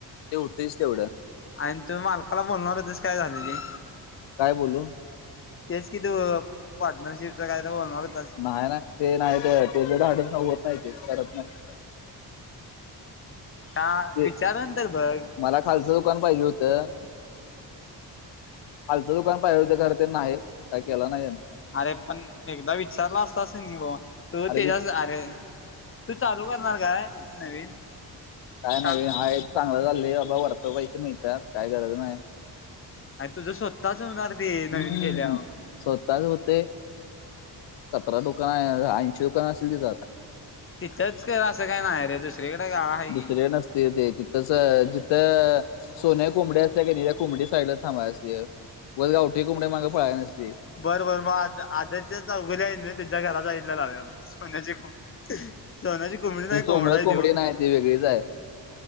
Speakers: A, on the left; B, on the left.
A: ते होतयच तेवढं
B: आणि तु मालकाला बोलणार होतास काय झाल ते
A: काय बोलू
B: तेच का तू पार्टनरशिपच काय तर बोलणार हुतास
A: नाही नाही ते नाही ते त्याच धाडस काय होत नाही ते करत नाही
B: का
A: ते
B: विचारून तर बघ
A: मला खालचं दुकान पाहिजे हुतं खालचं दुकान पाहिजेल हुतं खर ते नाही काय केला नाही त्यानं
B: अरे पण एकदा विचारला असतास कनय भावा तुझं
A: अरे
B: त्येच्याज
A: वित-
B: अरे चालू करणार काय नवीन
A: काय
B: सांग
A: नवीन हाय हेच चांगलं चाललंय बाबा वरच पैसे मिळत्यात काय गरज नाही
B: आणि तुझं स्वतच होणार ते
A: हम्म
B: नवीन केल्यावर
A: स्वतःच हुतय सतरा दुकान आहे ऐंशी दुकान असेतील तिथं आता
B: तिथंच कर असं काय नाही हाय रे दुसरीकड दुसरीकडं गाळा आहे की
A: दुसऱ्याकडं <inaudible> <inaudible> तसं जिथं सोन्यची कोंबडी असत्या कनय त्या कोंबडीच्या साईडलाच थांबायाचं असतय उगाच गावठी कोंडीच्या माग पळायच नसतय
B: बरं बर मग आ आदेशच्या चौघजन आहेत कनय त्यांच्या घरा साईटला लावया आपण सोन्याची कोंबडी सोन्याची
A: ती
B: नाही
A: सोन्याची
B: कोंबडा आहे
A: कोंबडी
B: त्यो
A: नाही ती वेगळीच आहे